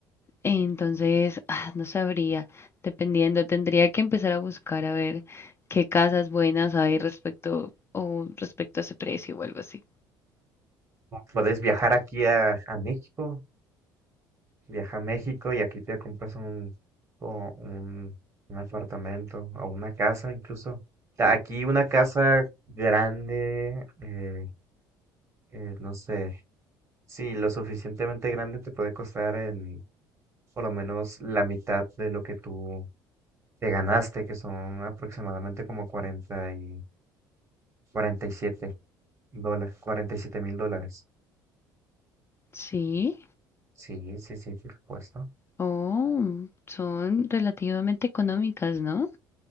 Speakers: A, on the left (about 25°); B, on the right (about 30°).
A: Entonces, <laughs> ah, no sabría, dependiendo, tendría que empezar a buscar a ver qué casas buenas hay respecto o respecto a ese precio o algo así.
B: Puedes viajar aquí a, a México Viaja a México y aquí te compras un, o un, un apartamento o una casa incluso. Ta- Aquí una casa grande, eh, eh, no sé, sí, lo suficientemente grande te puede costar en por lo menos la mitad de lo que tú te ganaste, que son aproximadamente como 40 y 47 dólares, 47 mil dólares.
A: Sí,
B: Sí, sí, sí, por supuesto.
A: oh, son relativamente económicas, ¿no?